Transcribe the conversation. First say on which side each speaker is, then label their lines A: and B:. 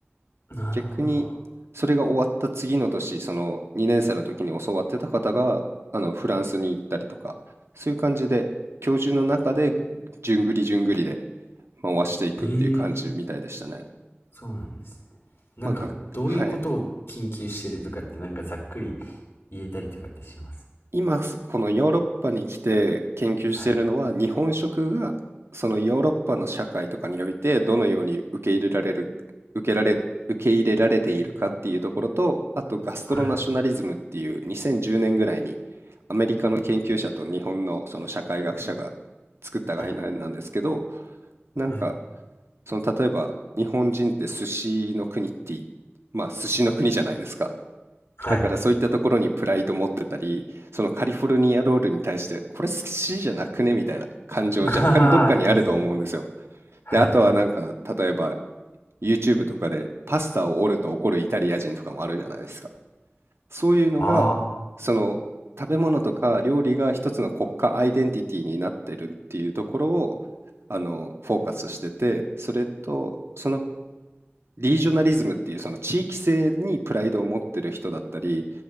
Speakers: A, on the left (about 65°); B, on the right (about 75°).
A: あ、なるほど。
B: 逆に、それが終わった次の年、その2年生の時に教わってた方が、あの、フランスに行ったりとか、そういう感じで、教授の中で、じゅんぐりじゅんぐりで回していくっていう感じみたいでしたね。
A: ええそうなんですね。なんか、
B: まあ、が、
A: どういうことを研究してるとかって、
B: はい。
A: なんかざっくり言えたりとかってします。
B: 今、すこのヨーロッパに来て研究しているのは、
A: はい。
B: 日本食がそのヨーロッパの社会とかにおいてどのように受け入れられる、受けられ、受け入れられているかっていうところと、あとガストロナショナリズムっていう2010年ぐらいに
A: はい。
B: アメリカの研究者と日本のその社会学者が作った概念なんですけど、
A: はい。
B: なんか
A: はい。
B: その例えば日本人って寿司の国っていまあ寿司の国じゃないですか。
A: はい。
B: だからそういったところにプライド持ってたり、そのカリフォルニアロールに対して、これ好きじゃなくねみたいな感情若干どっかにあると思うんですよ。
A: <laughs> ああ、ありますね。はい。
B: で、あとはなんか、例えば YouTube とかでパスタを折ると怒るイタリア人とかもあるじゃないですか。そういうのが、
A: あ
B: その食べ物とか料理が一つの国家アイデンティティになってるっていうところを、あの、フォーカスしてて、それと、そのリージョナリズムっていうその地域性にプライドを持ってる人だったり、